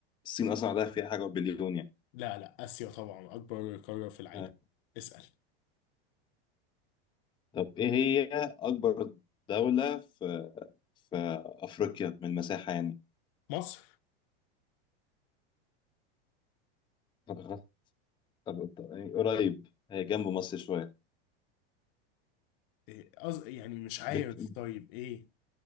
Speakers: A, on the left; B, on the left.
A: الصين أصلا عندها فيها حاجة بليون يعني
B: لا لا اسيا طبعا اكبر قارة في العالم
A: آه.
B: اسأل
A: طب إيه هي أكبر دولة في في أفريقيا من المساحة يعني
B: مصر
A: <laughs> طب- طب- طب- يعني قريب هي جنب مصر شوية
B: إيه أز... يعني مش عارف
A: بك...
B: طيب ايه